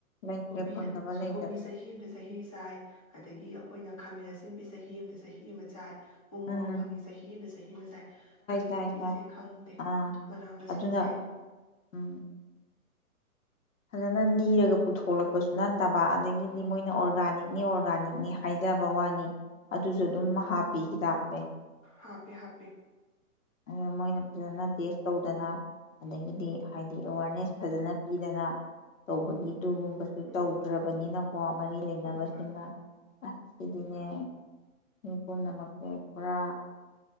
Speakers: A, on the left; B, on the left.
A: ꯂꯩꯇ꯭ꯔꯦ
B: ꯀꯣꯕꯤ
A: ꯐꯪꯗꯕ ꯂꯩꯇ꯭ꯔꯦ
B: ꯀꯣꯕꯤ ꯆꯍꯤ ꯑꯃꯗ ꯆꯍꯤ ꯆꯥꯏ ꯑꯗꯒꯤ ꯗꯒꯤ ꯑꯩꯈꯣꯏꯅ ꯈꯥꯃꯦꯟ ꯑꯁꯤꯟꯕꯤ ꯆꯍꯤ ꯑꯃꯗ ꯆꯍꯤ ꯑꯃ ꯆꯥꯏ ꯎꯃꯣꯔꯣꯛ
A: ꯎꯝ
B: ꯐꯪꯉꯤ ꯆꯍꯤ ꯑꯃꯗ ꯆꯍꯤ ꯑꯃ ꯆꯥꯏ ꯀꯩꯅꯣꯕꯨ
A: ꯆꯥꯏ ꯆꯥꯏ
B: ꯏꯆꯦ ꯈꯪꯗꯦ
A: ꯑꯥ
B: ꯃꯅꯥ ꯃꯁꯤꯡꯁꯦ
A: ꯑꯗꯨꯅ ꯎꯝ ꯐꯖꯅ ꯂꯤꯔꯒ ꯄꯨꯊꯣꯛꯂꯛꯄꯁꯨ ꯅꯠꯇꯕ ꯑꯗꯒꯤꯗꯤ
B: ꯎꯝ
A: ꯃꯣꯏꯅ ꯑꯣꯔꯒꯥꯅꯤꯛꯅꯤ ꯑꯣꯔꯒꯥꯅꯤꯛꯅꯤ ꯍꯥꯏꯖꯕ ꯋꯥꯅꯤ ꯑꯗꯨꯁꯨ ꯑꯗꯨꯝ ꯍꯥꯞꯄꯤ ꯍꯤꯗꯥꯛꯁꯦ
B: ꯍꯥꯄꯦ ꯍꯥꯄꯦ
A: ꯑꯗꯨꯅ ꯃꯣꯏꯅ ꯐꯖꯅ ꯇꯦꯁ ꯇꯧꯗꯅ ꯑꯗꯒꯤꯗꯤ ꯍꯥꯏꯗꯤ ꯑꯦꯋꯥꯔꯅꯦꯁ ꯐꯖꯅ ꯄꯤꯗꯅ ꯇꯧꯕꯒꯤ ꯑꯗꯨꯒꯨꯝꯕꯁꯨ
B: ꯎꯝ
A: ꯇꯧꯗ꯭ꯔꯕꯅꯤꯅꯀꯣ ꯃꯔꯤ ꯂꯩꯅꯕꯁꯤꯡꯅ
B: ꯍꯣꯏ ꯍꯣꯏ
A: ꯑꯁꯤꯗꯤꯅꯦ ꯃꯤ ꯄꯨꯝꯅꯃꯛꯁꯦ ꯄꯨꯔꯥ